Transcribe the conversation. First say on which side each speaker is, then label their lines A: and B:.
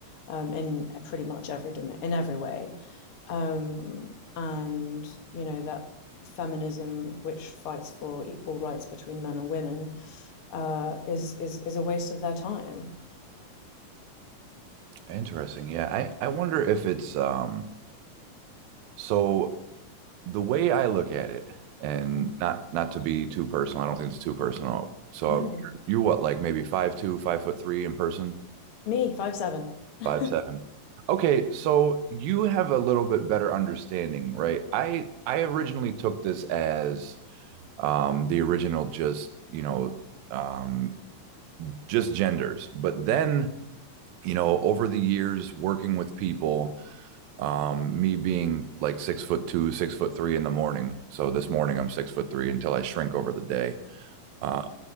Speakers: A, on the left; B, on the right.
A: um, in pretty much every in every way um, and you know that feminism, which fights for equal rights between men and women, uh, is is is a waste of their time.
B: <laughs> Interesting. Yeah, I I wonder if it's um. So the way I look at it, and
A: Mm,
B: not not to be too personal, I don't think it's too personal. So
A: No, no.
B: you're what, like maybe five two, five foot three in person?
A: me five seven,
B: Five
A: <laughs>
B: seven. Okay, so you have a little bit better understanding, right? I I originally took this as um, the original just you know um, just genders, but then you know over the years working with people, um, me being like six foot two, six foot three in the morning. So this morning I'm six foot three until I shrink over the day. Uh,